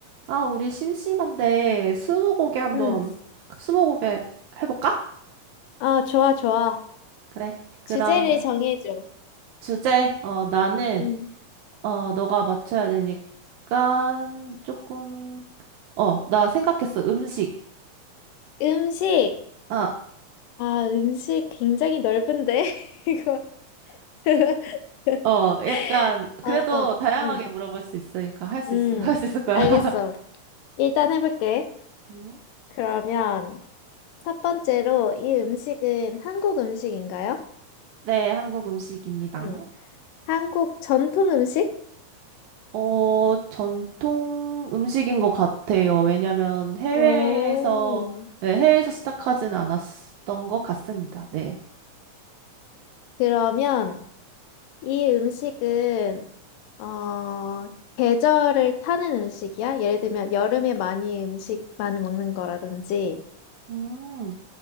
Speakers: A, on the right; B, on the left.
A: 아, 우리 심심한데 스무고개 한번
B: 응.
A: 그 스무고개 해볼까?
B: 아, 좋아, 좋아.
A: 그래. 그러면
B: 주제를 정해줘.
A: 주제, 어, 나는,
B: 응.
A: 어, 너가 맞춰야 되니까, 조금, 어, 나 생각했어. 음식.
B: 음식.
A: 아,
B: 아, 음식 굉장히 넓은데, <laughs> 이거. <laughs>
A: 어, 약간,
B: 어,
A: 그래도 다양하게
B: 응.
A: 물어볼 수 있으니까 할 수
B: 응.
A: 있어. <laughs> 할 수 있을 거야.
B: 알겠어.
A: <laughs>
B: 일단 해볼게.
A: 음,
B: 그러면 첫 번째로 이 음식은 한국 음식인가요?
A: 네, 한국 음식입니다.
B: 응. 한국 전통 음식?
A: 어, 전통 음식인 것 같아요. 왜냐면 해외에서,
B: 오.
A: 네, 해외에서 시작하진 않았던 것 같습니다. 네.
B: 그러면 이 음식은 어, 계절을 타는 음식이야? 예를 들면 여름에 많이 음식 많이 먹는 거라든지
A: 음,